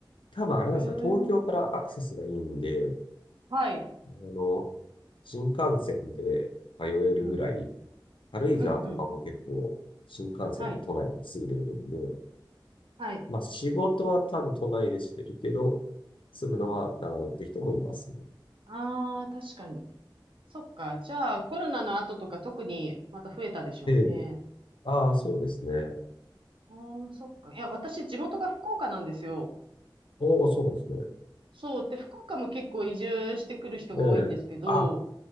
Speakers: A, on the left; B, on the right.
A: 多分あれなんですよ。
B: ん、
A: 東京からアクセスがいいんで、
B: うんへえ、はい。
A: あの、新幹線で通えるぐらい、
B: うんうん。
A: 軽井沢とかも結構新幹線で都内にすぐ出れるんで、
B: うんうん。はい。はい。
A: まあ仕事は多分都内でしてるけど、住むのは長野って人もいますね。
B: うんうん。ああ、確かに。そっか。じゃあ、コロナの後とか特にまた増えたでしょうね。
A: ええ。ああ、そうですね。
B: ああ、そっか。いや、私、地元が福岡なんですよ。
A: おお、そうなんですね。
B: そう。で、福岡も結構移住してくる人が多いんですけど、
A: ええ。あ、